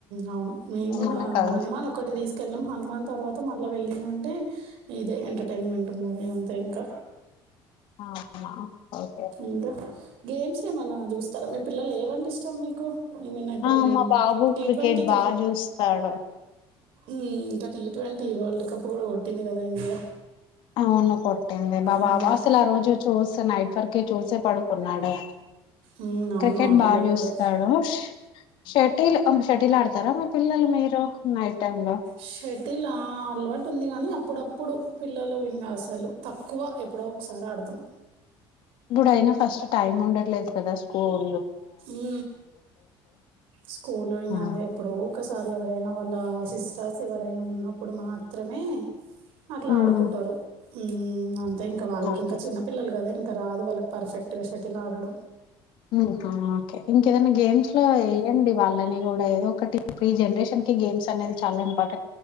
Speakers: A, on the right; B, on the left.
A: అవును మేము కూడా
B: మన కల్స్
A: హనుమాన్ ఒక్కటి తీసుకెళ్ళం హనుమాన్ తర్వాత మొత్త మళ్ళీ వెళ్ళిందంటే ఇదే ఎంటర్టైన్మెంట్ మూవీ అంతే ఇంకా
B: అవునా ఓకే
A: ఇంకా గేమ్స్ ఏ మన తరా మీ పిల్లలు ఏవంటే ఇష్టం మీకు నిన్న ఇప్పుడు
B: ఆ మా బాబు
A: టీ
B: క్రికెట్
A: ట్వంటీ
B: బాగా చూస్తాడు
A: ఇంకా టీ ట్వంటీ వరల్డ్ కప్ కూడా కొట్టింది కదా ఇండియా
B: అవును కొట్టింది బాబా
A: మ్మ్.
B: అసలు ఆ రోజు చూస్తు నైట్ పరికే చూసే పడుకున్నాడు
A: మ్మ్, అవును
B: క్రికెట్
A: మా
B: బా
A: పిల్లలు
B: చూస్తాడు
A: కూడా
B: షటిల్ షటిల్ ఆడతారా మ పిల్లలు మీరు నైట్ టైమ్ లో
A: షటిల్ ఆ అలవాటు ఉంది కానీ అప్పుడప్పుడు ఇప్పుడు పిల్లలు ఇంకా అసలు తక్కువ ఎప్పుడో ఒకసారి అడతాం
B: ఇప్పుడుయినా ఫస్ట్ టైమ్ ఉండట్లేదు కదా స్కూల్
A: ఉ స్కూల్ ఇనావ
B: ఆ!
A: ఎప్పుడు ఒకసారి ఎవరైనా వాళ్ళ సిస్టర్స్ ఎవరైనా ఉన్నప్పుడు మాత్రమే అట్లా
B: హ్మ్.
A: ఆడుకుంటారు ఉ అ ఇంకా వాళ్ళకింకా
B: ఓకే
A: చిన్న పిల్లలు కదా ఇకా రాదు వాళ్ళకి పర్ఫెక్ట్ షటిల్ ఆడడు
B: హుహు. ఇంకేదైనా గేమ్స్ లో వేయండి వాళ్ళని కూడా ఏదో ఒకటి ప్రీ జనరేషన్ కి గేమ్స్ అనేది చాలా ఇంపార్టెట్